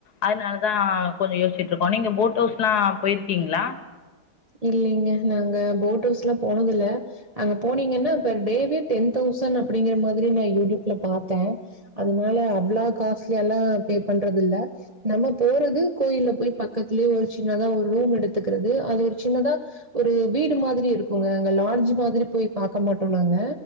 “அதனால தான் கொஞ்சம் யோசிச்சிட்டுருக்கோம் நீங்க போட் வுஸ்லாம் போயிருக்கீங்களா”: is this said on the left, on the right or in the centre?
Left